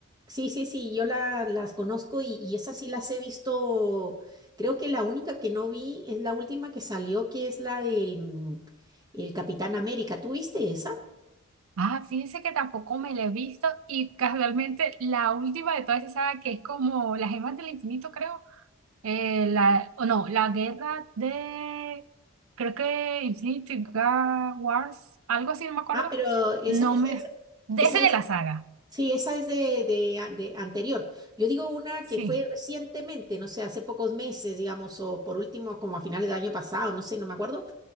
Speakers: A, on the right; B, on the right.
A: sí, sí, sí, yo la- las conozco y, y esas sí las he visto, creo que la única que no vi es la última que salió, que es la del mm, el Capitán América. ¿Tú viste esa?
B: Ah, fíjense que tampoco me la he visto y casualmente la última de todas esas que es como las gemas del infinito, creo. eh, la, o no, la guerra de, creo que Infinity Ga- Wars, algo así, no me acuerdo.
A: Ah, pero esa,
B: No
A: esa,
B: me,
A: esa-
B: de
A: esa
B: ese de
A: es,
B: la saga,
A: sí, esa es de, de, a- de anterior. Yo digo una
B: sí.
A: que fue recientemente, no sé, hace pocos meses, digamos, o por último, como a finales del año pasado, no sé, no me acuerdo,